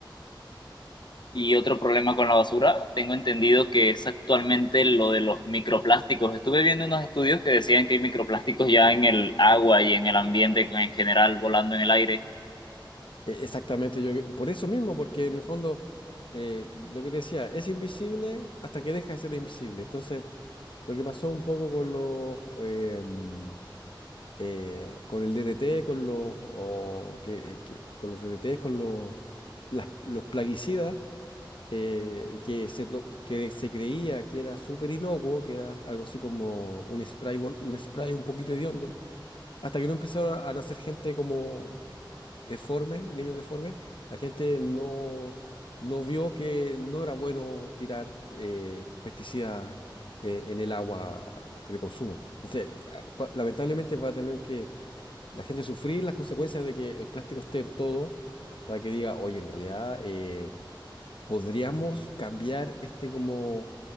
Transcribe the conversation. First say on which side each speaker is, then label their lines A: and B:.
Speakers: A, on the left (about 65°); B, on the left (about 75°).
A: Y otro problema con la basura, tengo entendido que es actualmente lo de los microplásticos. Estuve viendo unos estudios que decían que hay microplásticos ya en el agua y en el ambiente en general volando en el aire.
B: E- Exactamente, yo, por eso mismo, porque en el fondo, eh, lo que te decía, es invisible hasta que deja de ser invisible. Entonces, lo que pasó un poco con los, em, eh, con el DDT, con los, o que, que- con los DDTs, con los, las- los plaguicidas, eh, que, se, to- que se creía que era súper inocuo, que era algo así como un spray, bol- un spray un poquito hediondo, hasta que no empezaron a, a nacer gente como deforme, niños deformes, la gente no, no vio que no era bueno tirar eh, pesticidas eh, en el agua de consumo. Entonces, a- pa- lamentablemente va a tener que la gente sufrir las consecuencias de que el plástico esté en todo, para que diga, oye, en realidad eh, podríamos cambiar este como